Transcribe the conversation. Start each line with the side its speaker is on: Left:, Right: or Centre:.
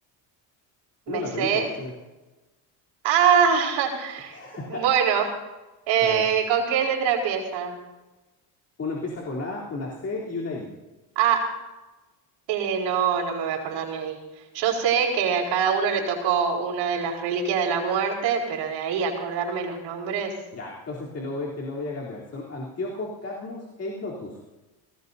Left: No
Right: Me
Left: la
Right: sé.
Left: pedí con opciones.
Right: Ah, <laughs>
Left: <laughs>
Right: bueno, eh,
Left: A ver,
Right: ¿con qué letra empiezan?
Left: uno empieza con A, una C y una I.
Right: Ah, eh, no, no me voy a acordar ni ahí. Yo sé que a cada uno le tocó una de las reliquias de la muerte, pero de ahí acordarme los nombres.
Left: Ya, entonces te lo voy, te lo voy a cambiar. Son Antíoco, Cadmus e Ignotus.